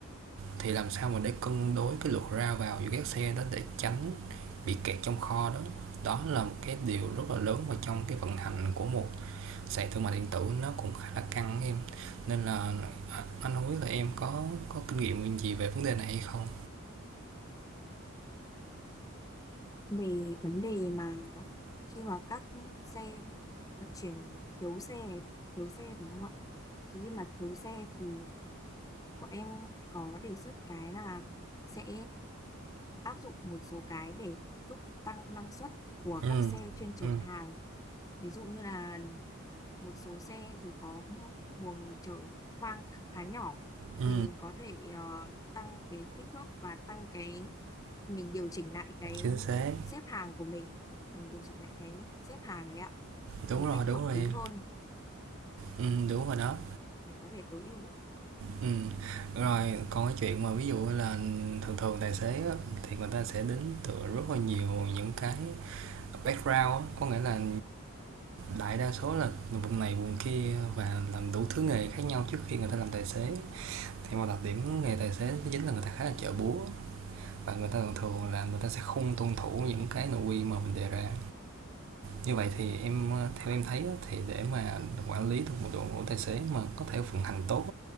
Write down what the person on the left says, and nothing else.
về vấn đề mà khi mà các xe vận chuyển thiếu xe thiếu xe phải không ạ thì khi mà thiếu xe thì bọn em có đề xuất cái là sẽ áp dụng một số cái để giúp tăng năng suất của
các xe chuyên chở
hàng ví dụ như là một số xe thì có buồng chở khoang khá nhỏ
thì mình có thể ờ, tăng cái kích thước và tăng cái mình điều chỉnh lại cái
xếp hàng của mình mình điều chỉnh lại cái xếp hàng ấy ạ
một cách
hợp
lý
hơn
để có thể tối ưu